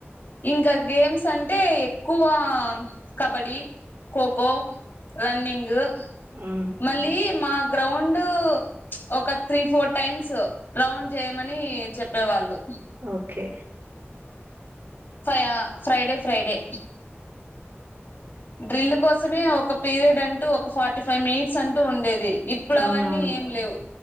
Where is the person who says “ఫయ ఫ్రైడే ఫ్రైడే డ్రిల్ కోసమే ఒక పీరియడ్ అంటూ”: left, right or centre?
Left